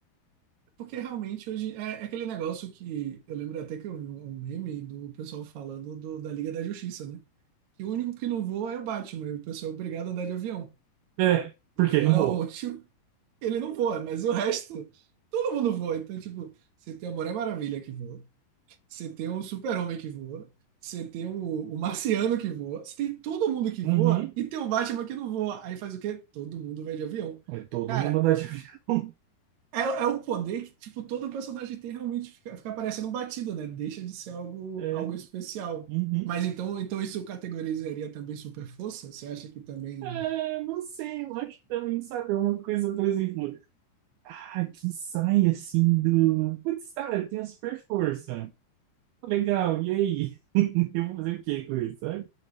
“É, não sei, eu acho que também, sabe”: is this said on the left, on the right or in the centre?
Right